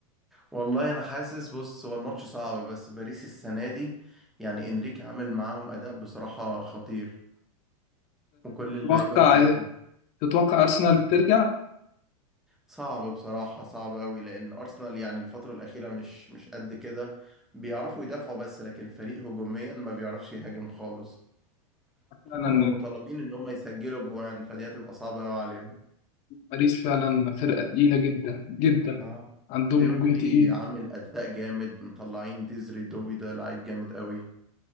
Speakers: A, in the centre; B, on the left.
A: والله انا حاسس بص هو الماتش صعب بس باريس السنه دي يعني انريكي عامل معاهم اداء بصراحه خطير وكل
B: تتوقع
A: اللعيبه فايقه
B: تتوقع أرسنال ترجع؟
A: صعب بصراحه صعب قوي لان ارسنال يعني الفتره الاخيره مش مش قد كده بيعرفوا يدافعوا بس لكن الفريق هجوميا ما بيعرفش يهاجم خالص فهم
B: فعلا
A: مطالبين ان هم يسجلوا جوان فدي هتبقى صعبه قوي عليهم
B: باريس فعلا فرقة تقيلة جدا جدا
A: اه
B: عندهم
A: ديمبلي
B: هجوم تقيل
A: عامل اداء جامد مطلعين ديزري دوي ده لعيب جامد قوي